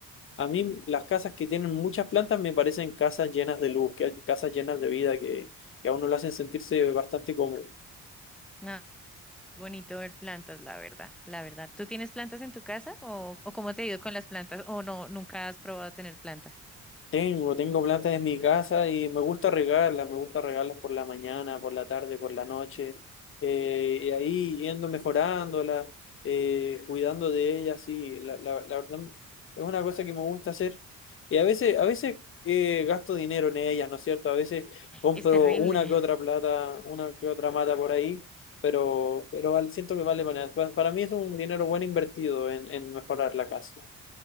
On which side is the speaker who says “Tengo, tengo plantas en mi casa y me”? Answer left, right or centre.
Left